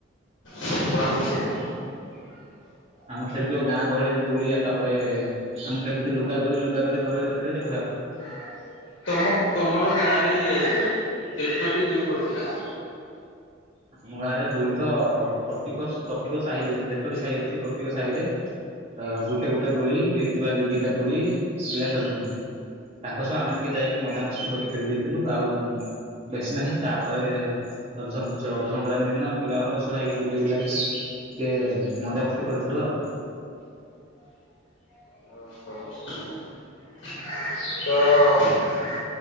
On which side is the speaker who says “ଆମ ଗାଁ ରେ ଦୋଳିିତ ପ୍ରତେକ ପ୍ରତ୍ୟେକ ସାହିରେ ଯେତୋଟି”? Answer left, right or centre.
Right